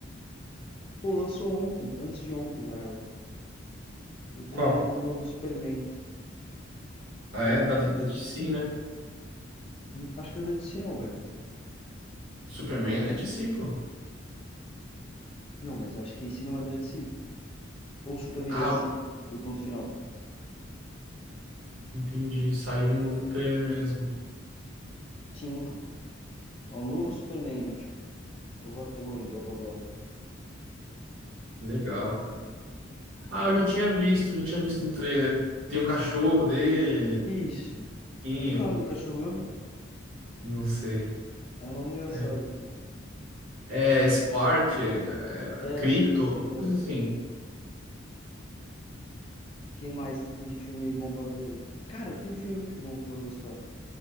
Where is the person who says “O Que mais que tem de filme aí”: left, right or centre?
Left